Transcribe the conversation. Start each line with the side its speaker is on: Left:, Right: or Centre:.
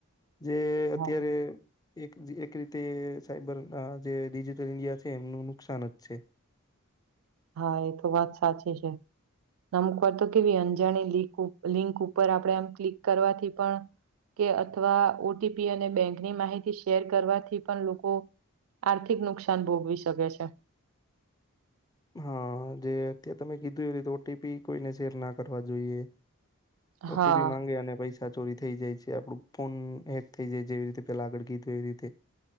Left: જે
Right: હા
Left: અત્યારે એક જી એક રીતે સાયબર ના જે ડિજિટલ ઇન્ડિયા છે, એમનું નુકસાન જ છે.
Right: હા એ તો વાત સાચી છે. નમકર <unintelligible> તો કેવી અંજાણી લિક લિંક ઉપર આપડે આમ ક્લિક કરવાથી પણ કે અથવા ઓ ટી પી અને બેંકની માહિતી શેર કરવાથી પણ લોકો આર્થિક નુકસાન ભોગવી શકે છે.
Left: હા જે અત <unintelligible> તમે કીધું એ રીતે ઓટીપી કોઈને શેર ના કરવા જોઈએ. ઓ
Right: હા
Left: ટી પી માંગે અને પૈસા ચોરી થઈ જાય છે, આપડું ફોન હેક થઈ જાય જેવી રીતે પેલા આગળ કીધું એવી રીતે.